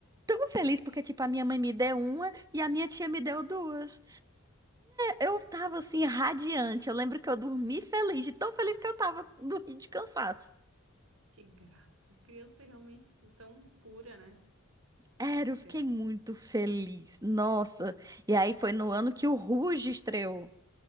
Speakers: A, on the right (about 15°); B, on the right (about 70°).
A: Tão feliz porque, tipo, a minha mãe me deu uma e a minha tia me deu duas. Eu tava assim, radiante. Eu lembro que eu dormi
B: <laughs>
A: feliz, de tão feliz que eu tava, dormi de cansaço.
B: que graça. Criança é realmente tão pura, né?
A: Era,
B: Que
A: eu fiquei
B: Graça.
A: muito feliz. Nossa. E aí foi no ano que o Ruge estreou.